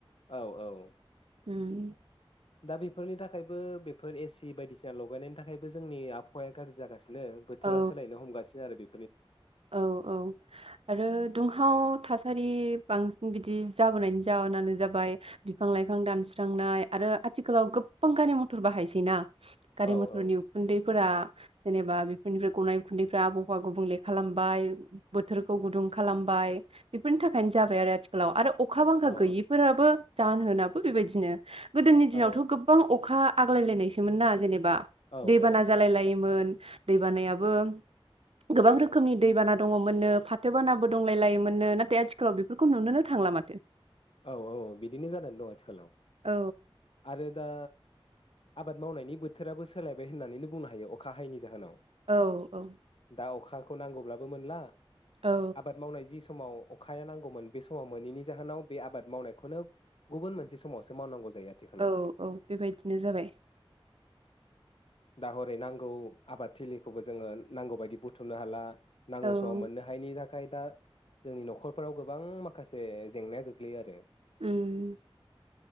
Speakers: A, on the left; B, on the right.
A: औ औ।
B: उम।
A: दा बेफोरनि थाखायबो बेफोर एसि बायदिसिना लगायनायनि थाखायबो जोंनि आबहावाया गाज्रि जागासि नो बोथोरा
B: औ
A: सोलायनो हमगासिनो आरो बे
B: औ औ आरो दुंहाव थासारि बांसिन बिदि जाबोनायनि जाहोनानो जाबाय बिफां लाइफां दानस्रांनाय आरो आथिखालाव गोबां गारि मथर बाहायसै ना। गारि
A: औ
B: मथरनि
A: औ
B: उखुन्दैफोरा जेनेबा बेफोरनिफ्राय गनाय गुन्दैफ्रा आबहावा गुबुंले खालामबाय बोथोरखौ गुदुं खालामबाय। बेफोरनि थाखायनो जाबाय आरो आथिखालाव आरो अखा बांखा
A: औ
B: गैयिफोराबो जाहोनाबो बेबायदिनो। गोदोनि दिनावथ'
A: औ
B: गोबां अखा आगलाय लायनायसोम ना जेनेबा ना
A: औ
B: दैबाना
A: औ
B: जालाय लायोमोन। दै बानायाबो गोबां रोखोम खोमनि दैबाना दङमोननो फाथो बानाबो दंलाय लायोमोननो नाथाय आथिखालाव बेफोरखौ नुुनोनो थांला माथो।
A: औ औ बिदिनो जादों द आथिखालाव
B: औ
A: आरो दा आबाद मावनायनि बोथोराबो सोलायबाय होननानैनो बुंनो हायो अखा हायैनि जाहोनाव।
B: औ औ।
A: दा अखाखौ नांगौब्लाबो मोनला।
B: औ
A: आबाद मावनाय जि स समाव अखाया नांगौमोन बे समाव मोनैनि जाहोनाव बे आबाद मावनायखौनो गुबुन मोनसे समावसो मावनांगौ जायो आथिखालाव
B: औ औ बेबायदिनो जाबाय।
A: दा हरै नांगौ आबाद थिलिखौबो जोंङो नांगौ बायदि बुथुमनो हाला। नांगौ
B: औ
A: समाव मोननो हायनि खाय दा जोंनि नख'रफोराव गोबां माखासे जेंनाया गो ग्लोयो आरो।
B: उम